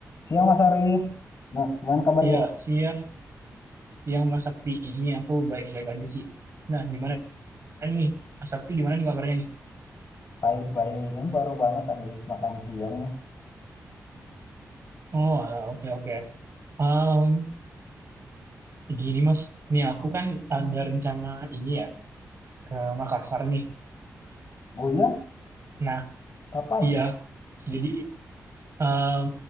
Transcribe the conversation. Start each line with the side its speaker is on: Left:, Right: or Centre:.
Left: Siang Mas Arif, Nah, gimana kabarnya?
Right: Iya, siang siang Mas Sakti ini aku baik-baik aja sih. Nah, gimana nih? Mas Sakti gimana nih kabarnya nih?
Left: Baik-baik, ini baru banget habis makan siang nih.
Right: Oh, alah, oke oke. Um, gini Mas, nih aku kan ada rencana ini ya ke Makassar nih.
Left: Oh iya,
Right: Nah,
Left: kapan?
Right: iya. Jadi um,